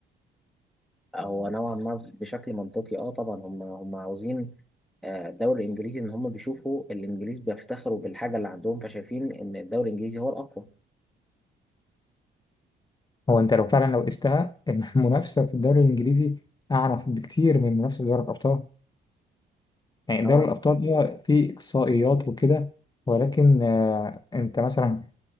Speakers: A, in the centre; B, on the left.
A: هو نوعا ما بشكل منطقي اه طبعا هم هم عاوزين آه، الدوري الانجليزي ان هم بيشوفوا الانجليز بيفتخروا بالحاجه اللي عندهم فشايفين ان الدوري الانجليزي هو الاقوى
B: هو انت لو فعلا لو قستها <laughs> إن المنافسه في الدوري الانجليزي اعنف بكتير من المنافسه في دوري الابطال يعني
A: نوعا
B: دوري الابطال هو فيه اقصائيات وكده ولكن آه، انت مثلا